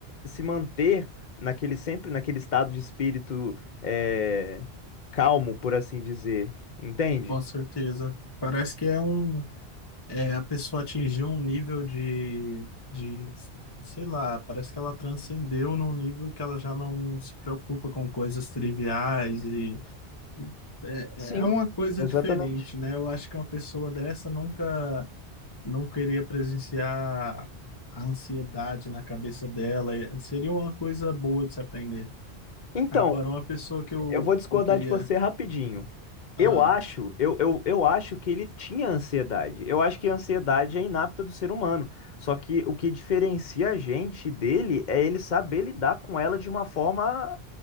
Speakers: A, on the left; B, on the left.
A: se manter naquele sempre naquele estado de espírito é, calmo, por assim dizer, entende?
B: Com certeza. Parece que é um, é, a pessoa atingiu um nível de, de, sei lá, parece que ela transcendeu num nível que ela já não se preocupa com coisas triviais e É,
A: Sim,
B: é é uma coisa
A: exatamente.
B: diferente, né? Eu acho que uma pessoa dessa nunca não queria presenciar a ansiedade na cabeça dela. E Seria uma coisa boa de se aprender.
A: Então,
B: Agora, uma pessoa que eu,
A: eu vou discordar
B: que eu queria.
A: de você rapidinho.
B: Ah,
A: Eu acho, eu, eu, eu acho que ele tinha ansiedade. Eu acho que a ansiedade é inapta do ser humano. Só que o que diferencia a gente dele é ele saber lidar com ela de uma forma